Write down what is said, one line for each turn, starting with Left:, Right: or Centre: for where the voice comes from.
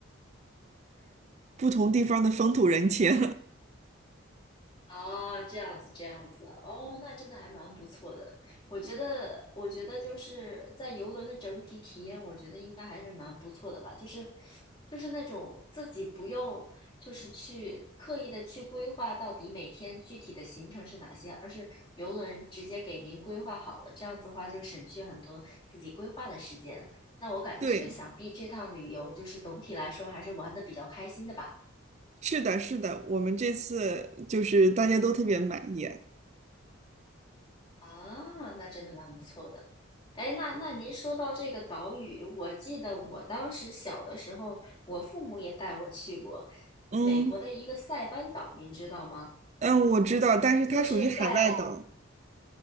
Right: 不同地方的风土人情。
Left: 哦，这样子，这样子，哦，那真的还蛮不错的。我觉得，我觉得就是在游轮的整体体验，我觉得应该还是蛮不错的吧。就是，就是那种自己不用，就是去刻意的去规划到底每天具体的行程是哪些，而是游轮直接给您规划好了。这样子的话，就省去很多自己规划的时间。那我感觉，
Right: <laughs> 对，
Left: 想必这趟旅游就是总体来说还是玩的比较开心的吧。
Right: 是的，是的，我们这次就是大家都特别满意。
Left: 啊，那真的蛮不错的。哎，那那您说到这个岛屿，我记得我当时小的时候，我父母也带我去过
Right: 嗯
Left: 美国的一个塞班岛，您知道吗？
Right: 嗯，我知道，但是它属于海外岛。
Left: 就是在